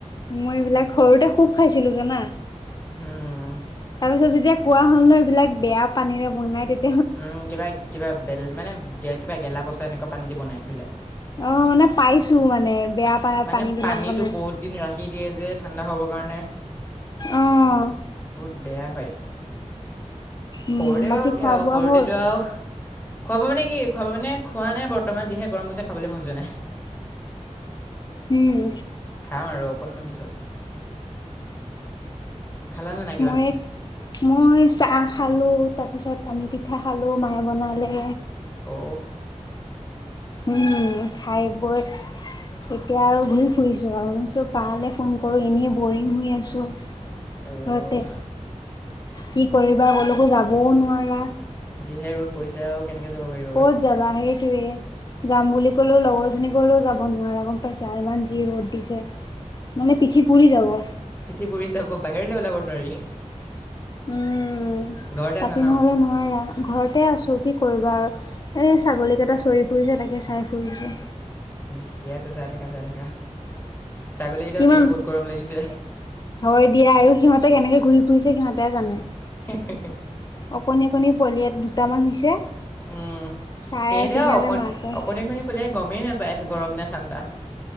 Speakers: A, on the left (about 35°); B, on the left (about 15°).
A: মই এইবিলাক, সৰুতে খুব খাইছিলোঁ জানা।
B: হম।
A: তাৰপিছত, যেতিয়া কোৱা হ'ল নহয়, এইবিলাক বেয়া পানীৰে বনাই, তে
B: উম, কিবা, কিবা বেল, মানে, কিবা গেলা-পচা এনেকুৱা পানী দি বনাই, এইবিলাক
A: অ', মানে পাইছোঁ, মানে বেয়া পা
B: মানে,
A: পানীবিলাক
B: পানীটো
A: বনাই।
B: বহুত দিন ৰাখি দিয়ে যে, ঠাণ্ডা হ'বৰ কাৰণে,
A: অ'
B: বহুত বেয়া হয় সৰুতে
A: উম, বাকী
B: বাৰু
A: খোৱা
B: কি আৰু,
A: বোৱা
B: সৰুতেতো
A: হ'ল?
B: আৰু খুৱাবানে কি খুৱাব মানে খোৱা নাই বৰ্তমান যিহে গৰম পৰিছে খাবলৈ মন যোৱা নাই।
A: উম।
B: খাম আৰু অকণমান পিছত। খালানে নাই কিবা
A: মই এক মই চাহ খালো তাৰপিছত পানী পিঠা খালো মায়ে বনালে
B: অ,
A: উম খাই বৈ এতিয়া আৰু ঘূৰি ফুৰিছো আৰু নিছো কৈ ফোন কৰো এনেই বৰিং হৈ আছোঁ।
B: অ'
A: ঘৰতে কি কৰিবা ক'লেকো যাবও নোৱাৰা্।
B: যিহে ৰ'দ পৰিছে কেনেকে যাব পাৰিবা?
A: ক'ত জাবা হেই সেইয়া যাম বুলি ক'লেও লগৰ জনী কলেও যাব নোৱাৰে গম পাইছা ইমান যি ৰ'দ দিছে। মানে পিঠি পুৰি যাব।
B: পিঠি পুৰি চাব বাহিৰলৈ ওলাব নোৱাৰি।
A: উম
B: ঘৰতে
A: ছাতি
B: আছা ন
A: নহলে নোৱাৰা। ঘৰতে আছোঁ কি কৰিবা আৰু এই ছাগলীকেইটা চৰি ফুৰিছে তাকে চাই ফুৰিছোঁ।
B: ঠিকে আছে চাই থাকা চাই থাকা ছাগলীকেইটাও
A: ইমান
B: চাগে বহুত গৰম লাগিছে।
A: হয় দিয়া আৰু সিহঁতে কেনেকে ঘূৰি ফুৰিছে সিহঁতে জানে আৰু
B: হে হে
A: অকণী অকণী পোৱালি দুটামান হৈছে।
B: উম
A: চাই
B: সেইটোৱেই
A: আছে সিহঁতে
B: অকণি
A: মাকক।
B: অকণি পোৱালিয়ে গমেই নাপায় গৰম নে ঠাণ্ডা।